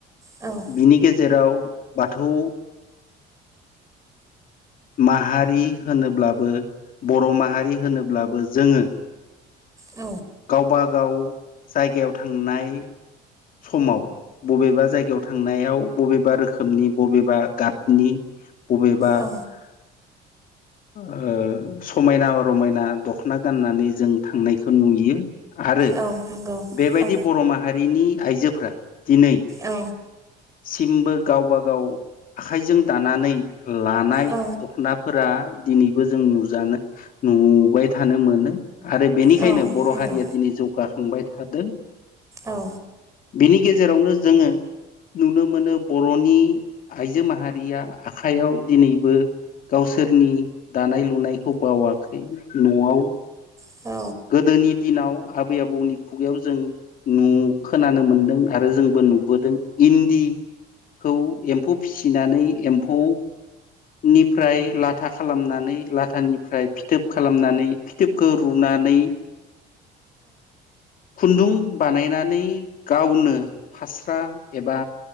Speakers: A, on the right; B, on the left.
A: औ
B: बिनि गेजेराव बाथौ माहारि होनोब्लाबो बर माहारि होनोब्लाबो जोङो <inaudible>
A: औ
B: गावबागाव जायगायाव थांनाय समाव बबेबा जायगायाव थांनायाव बबेबा रोखोमनि बबेबा गाब नि बबेबा
A: औ
B: <inaudible> ओ समायना रमायना दखना गाननानै जों थांनायखौ नुयो। आरो
A: औ नंगौ
B: बेबायदि
A: औ
B: बर माहारिनि आइजोफोरा दिनै
A: औ
B: सिमबो गावब गाव आखाइजों दानानै लाना - दखनाफोरा
A: औ
B: दिनैबो जों नुजानो नुबाय थानो मोनो। आरो बेनिखायनो
A: औ
B: बर
A: नंगौ
B: हारिया दिनै जौगाखांबाय थादों।
A: औ।
B: बिनि गेजेरावनो जोङो नुनो मोनो बर'नि आइजो माहारिया आखाइयाव दिनैबो गावसोरनि दानाय- लुनायखौ बावाखै न'आव
A: औ नंगौ औ
B: गोदोनि दिनाव आबै -आबौनि खुगायाव जों नु खोनानो मोनदों आरो जोंबो नुबोदों इन्दि खौ एम्फौ फिसिनानै एम्फौ निफ्राय लाथा खालामनानै लाथानिफ्राय फिथोब खालामनानै फिथोबखो रुनानै खुन्दुं बानायनानै गावनो फास्रा एबा